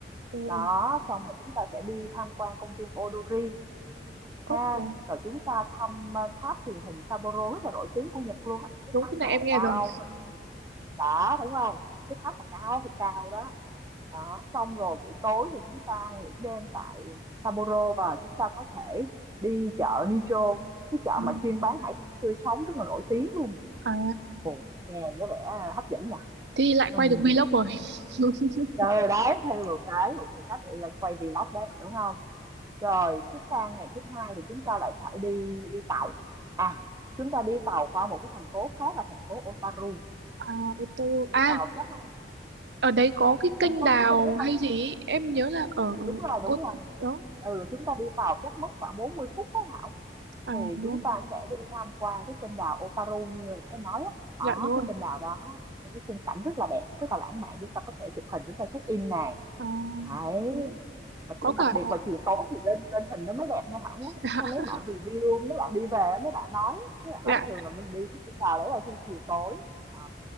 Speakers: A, on the right; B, on the right.
A: ừ.
B: Đó, xong rồi chúng ta sẽ đi tham quan công viên Odori
A: Cốc
B: ha
A: ừ.
B: rồi chúng ta thăm ờ, tháp truyền hình Sapporo rất là nổi tiếng của Nhật luôn á cái
A: Đúng
B: tháp
A: cái này
B: mà
A: em nghe
B: cao
A: rồi.
B: mà đó đúng không cái tháp mà cao thì cao đó đó xong rồi buổi tối thì chúng ta nghỉ đêm tại Sapporo và chúng ta có thể đi chợ Nijo cái chợ
A: Ừ.
B: mà chuyên bán hải sản tươi sống rất là nổi tiếng luôn
A: À,
B: Ồ, nghe có vẻ hấp dẫn nhỉ
A: thì lại
B: ừ.
A: quay được vlog rồi. <laughs>
B: rồi đấy thêm một cái một cái để là quay vlog đấy đúng không Rồi, cái sang ngày thứ hai thì chúng ta lại phải đi đi tàu. À, chúng ta đi tàu qua một cái thành phố khác là thành phố Otaru.
A: À, ô tô.
B: Đi
A: À,
B: tàu chắc
A: ở đấy có cái kênh
B: em có
A: đào
B: biết cái đấy không?
A: hay gì ấy. Em nhớ là ở... ở
B: Đúng rồi,
A: ô...
B: đúng rồi.
A: Đó.
B: Ừ, chúng ta đi tàu chắc mất khoảng 40 phút đó Thảo.
A: À,
B: Thì
A: đúng.
B: chúng ta sẽ đi tham quan cái kênh đào Otaru như là em nói á. Ở
A: Dạ đúng rồi.
B: cái kênh đào đó, những cái khung cảnh rất là đẹp, rất là lãng mạn. Chúng ta có thể chụp hình, chúng ta check in này.
A: À,
B: Đấy.
A: đúng.
B: mà
A: Có
B: chỉ
A: cả...
B: đặc biệt vào chiều tối thì lên lên hình nó mới đẹp nha Thảo nhé
A: <laughs>
B: hay mấy bạn review mấy bạn đi về mấy bạn nói mấy bạn
A: Dạ,
B: nói là thường là mình đi cái cung đào đấy là khi chiều tối à